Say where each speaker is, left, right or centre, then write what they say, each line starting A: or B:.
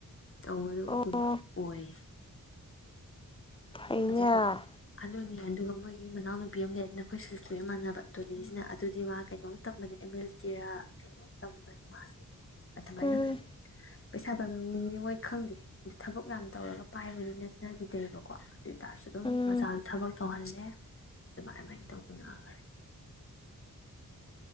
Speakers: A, on the left; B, on the left.
A: ꯇꯧꯕꯗꯒꯨꯝꯕ
B: ꯑꯣ
A: ꯑꯣꯏꯌꯦ
B: ꯐꯩꯅꯦ
A: ꯑꯗꯨꯒ ꯑꯗꯨꯒ ꯃꯣꯏꯒꯤ ꯃꯅꯥꯎꯅꯨꯄꯤ ꯑꯃ ꯂꯩꯔꯗꯤ ꯅꯈꯣꯏ ꯁꯤꯜꯊꯣꯛꯑ ꯃꯥꯟꯅꯕ ꯗꯣꯂꯤꯁꯤꯅ ꯑꯗꯨꯗꯤ ꯃꯥ ꯀꯩꯅꯣꯝ ꯇꯝꯕꯅꯦ ꯑꯦꯝ ꯑꯦꯜ ꯇꯦꯔꯥ ꯀꯩꯅꯣꯝ ꯇꯝꯕꯅꯦ ꯃꯥꯁꯦ ꯑꯗꯨꯃꯥꯏꯅꯥ
B: ꯎꯝ
A: ꯄꯩꯁꯥ ꯄꯥꯏꯕ ꯃꯤꯅꯤꯅꯤ ꯃꯣꯏ ꯈꯪꯗꯦ ꯑꯗꯨ ꯊꯕꯛ ꯌꯥꯝ ꯇꯧꯔꯒ ꯄꯥꯏꯕꯗꯤ ꯅꯠꯅꯈꯤꯗꯦꯕꯀꯣ ꯑꯗꯨ ꯑꯣꯏꯇꯥꯔꯁꯨ ꯑꯗꯨꯝ
B: ꯎꯝ
A: ꯃꯆꯥꯗꯨ ꯊꯕꯛ ꯇꯧꯍꯜꯂꯦ ꯑꯗꯨꯃꯥꯏꯃꯥꯏꯅ ꯇꯧꯅꯔꯦ